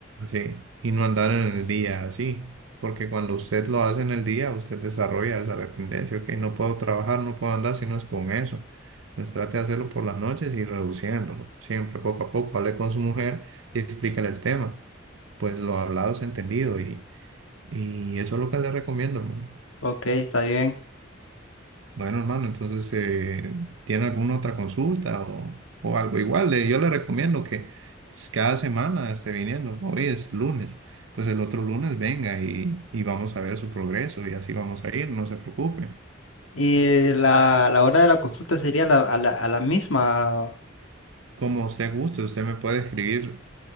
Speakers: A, on the right (about 75°); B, on the left (about 75°).
A: Sí, y no andar en el día así, porque cuando usted lo hace en el día, usted desarrolla esa dependencia, ok, no puedo trabajar, no puedo andar si no es con eso. Entonces trate de hacerlo por las noches y reduciéndolo, siempre poco a poco, hable con su mujer y explícale el tema, pues lo hablado es entendido y, y eso es lo que le recomiendo, hermano.
B: ok, está bien.
A: Bueno, hermano, entonces, eh, ¿tiene alguna otra consulta o, o algo? Igual, le- yo le recomiendo que s- cada semana esté viniendo. Hoy es lunes, pues el otro lunes venga y, y vamos a ver su progreso y así vamos a ir, no se preocupe.
B: Y eh, la, la hora de la consulta sería la- a la, a la misma,
A: Como usted guste, usted me puede escribir